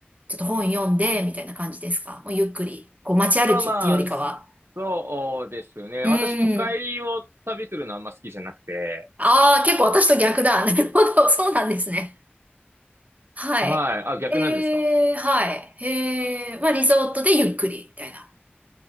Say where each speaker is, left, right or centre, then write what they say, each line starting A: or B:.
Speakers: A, on the right; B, on the right.
A: ちょっと本読んで、みたいな感じですかもうゆっくり、こう街歩きっていうよりかは。
B: まあまあ、そうですね。
A: うーん。
B: 私都会を旅するのあんま好きじゃなくて、
A: ああ、結構私と逆だ。<laughs> なるほど。そうなんですね。はい。
B: はい。あ、逆なんですか
A: えーはい。えーまあリゾートでゆっくり、みたいな。